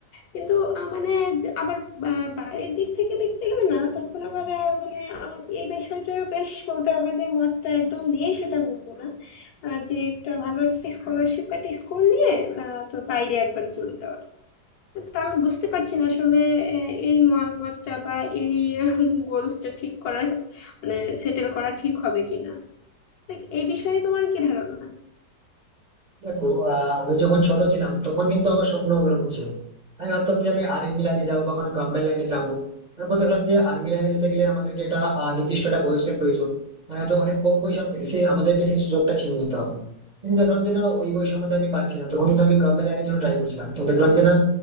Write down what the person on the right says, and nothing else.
দেখো আহ, আমি যখন ছোট ছিলাম তখন কিন্তু আমার স্বপ্ন অন্যরকম ছিল আমি ভাবতাম যে আমি আর্মি লাইনে যাবো বা কোনো গভর্নমেন্ট লাইনে যাবো তারপর দেখলাম যে আর্মি লাইনে যেতে গেলে আমাদেরকে একটা আহ, নির্দিষ্ট একটা বয়সের প্রয়োজন মানে তো অনেক কম বয়সে আমি- সে আমাদেরকে সেই সুযোগটা ছিনে নিতে হবে কিন্তু দেখলাম যে না ওই বয়সের মধ্যে আমি পাচ্ছি না তখন কিন্তু আমি গভর্নমেন্ট লাইনের জন্য ট্রাই করছিলাম তো দেখলাম যে না